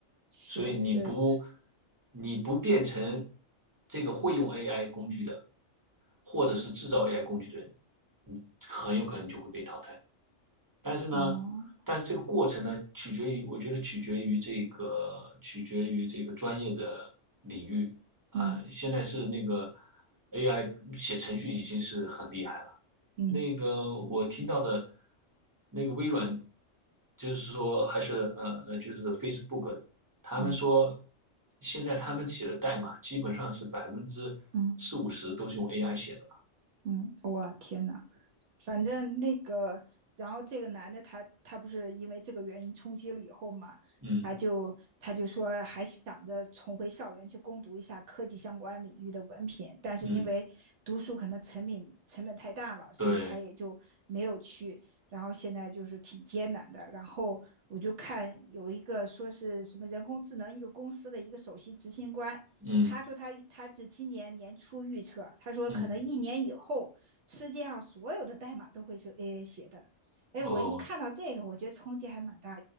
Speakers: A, on the right; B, on the right.
A: 是，
B: 所以你不
A: 我觉得，
B: 你不变成这个会用 AI 工具的，或者是制造 AI 工具的人，你很有可能就会被淘汰。但是呢，
A: 哦，
B: 但是这个过程呢，取决于我觉得取决于这个取决于这个专业的领域啊、
A: 嗯
B: 现在是那个 AI 写程序已经是很厉害了。
A: 嗯
B: 那个我听到的，那个微软就是说还是呃呃，就是 Facebook，他们说
A: 嗯
B: 现在他们写的代码基本上是百分之四五十都是用
A: 嗯
B: AI 写的吧？
A: 嗯，哇，天哪！反正那个，然后这个男的他他不是因为这个原因冲击了以后嘛，
B: 嗯
A: 他就他就说还想着重回校园去攻读一下科技相关领域的文凭，但是因为读书可能成本成本太大了，
B: 嗯，
A: 所以他也就没有去。
B: 对，
A: 然后现在就是挺艰难的。然后我就看有一个说是什么人工智能一个公司的一个首席执行官，
B: 嗯
A: 他说他他是今年年初预测，他说可能一年以后。
B: 嗯，
A: 世界上所有的代码都会是 AI 写的。哎，
B: 哦，
A: 我一看到这个，我觉得冲击还蛮大。